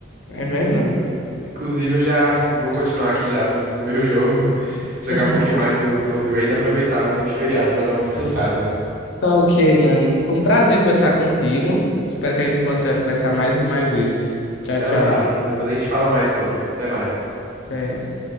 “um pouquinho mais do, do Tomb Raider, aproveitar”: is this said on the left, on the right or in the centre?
Right